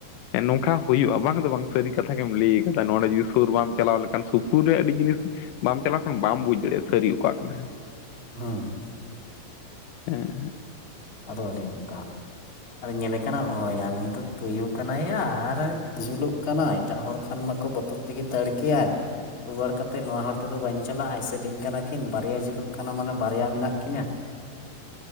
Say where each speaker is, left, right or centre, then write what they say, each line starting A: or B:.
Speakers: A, on the left; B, on the left.
A: ᱱᱚᱝᱠᱷᱟ ᱦᱩᱭᱩᱜ-ᱟ ᱵᱟᱝ ᱫᱚ ᱵᱟᱝ ᱥᱟᱹᱨᱤ ᱠᱟᱛᱷᱟ ᱜᱮᱢ ᱞᱟᱹᱭ ᱠᱟᱫᱟ ᱱᱚᱰᱮ ᱡᱩᱫᱤ ᱥᱩᱨ ᱵᱟᱢ ᱪᱟᱞᱟᱣ ᱞᱮᱠᱷᱟᱱ ᱥᱩᱯᱩᱨ ᱨᱮ ᱟᱹᱰᱤ ᱡᱤᱱᱤᱥ ᱵᱟᱢ ᱪᱟᱞᱟᱣ ᱠᱷᱟᱱ ᱵᱟᱢ ᱵᱩᱡᱽ ᱫᱟᱲᱮᱜ-ᱟ ᱥᱟᱹᱨᱤ ᱚᱠᱟ ᱠᱟᱱᱟ᱾
B: ᱦᱚᱸ
A: ᱮ ᱦᱮᱸ
B: ᱟᱫᱚ ᱟᱫᱚ ᱚᱱᱠᱟ ᱟᱨᱮᱧ ᱧᱮᱞᱮ ᱠᱟᱱᱟ ᱳ ᱭᱟ ᱱᱩᱭ ᱫᱚ ᱛᱩᱭᱩ ᱠᱟᱱᱟᱭ ᱭᱟ ᱟᱨᱮ ᱡᱩᱞᱩᱜ ᱠᱟᱱᱟᱭ ᱾ ᱮᱴᱟᱜ ᱦᱚᱲ ᱠᱷᱟᱱ ᱢᱟᱛᱚ ᱵᱚᱛᱚᱨ ᱛᱮᱜᱮ ᱫᱟᱹᱲ ᱠᱮᱭᱟᱭ᱾ ᱨᱩᱣᱟᱹᱲ ᱠᱟ ᱠᱟᱛᱮᱫ ᱱᱚᱣᱟ ᱦᱚᱨ ᱛᱮᱫᱚ ᱵᱟᱹᱧ ᱪᱟᱞᱟᱜ-ᱟ ᱮᱥᱮᱫ ᱟᱹᱧ ᱠᱟᱱᱟ ᱠᱤᱱ, ᱵᱟᱨᱭᱟ ᱡᱩᱞᱩᱜ ᱠᱟᱱᱟ ᱢᱟᱱᱮ ᱵᱟᱨᱭᱟ ᱢᱮᱱᱟᱜ ᱠᱤᱱᱟ᱾